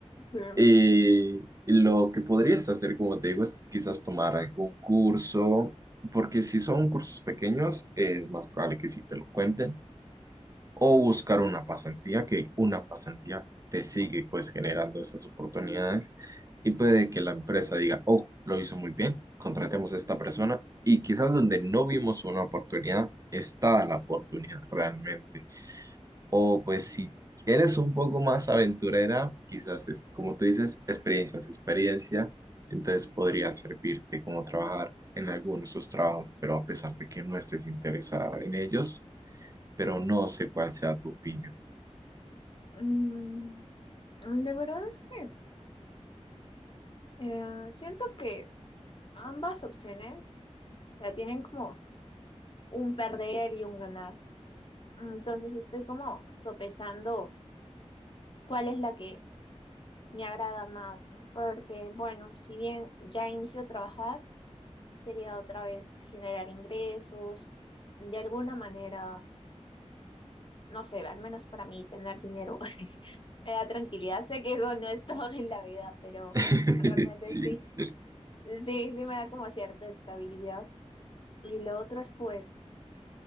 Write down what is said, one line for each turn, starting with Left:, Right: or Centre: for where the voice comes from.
Left: Sí.
Right: Eh, lo que podrías hacer, como te digo, es quizás tomar algún curso, porque si son cursos pequeños, es más probable que sí te lo cuenten, o buscar una pasantía, que una pasantía te sigue pues generando esas oportunidades y puede que la empresa diga, oh, lo hizo muy bien, contratemos a esta persona y quizás donde no vimos una oportunidad, está la oportunidad realmente. O pues si eres un poco más aventurera, quizás es, como tú dices, experiencias, experiencia, entonces podría servirte como trabajar en algunos de esos trabajos, pero a pesar de que no estés interesada en ellos, pero no sé cuál sea tu opinión.
Left: Mm, La verdad es que eh, siento que ambas opciones, o sea, tienen como un perder y un ganar. Entonces estoy como sopesando cuál es la que me agrada más, ¿no? Porque, bueno, si bien ya inicio a trabajar, quería otra vez generar ingresos, de alguna manera, no sé, al menos para mí tener dinero <laughs> me da tranquilidad. Sé que eso no es todo en la vida, pero
Right: <laughs>
Left: realmente
Right: Sí,
Left: sí,
Right: sí.
Left: sí, sí me da como cierta estabilidad. Y lo otro es pues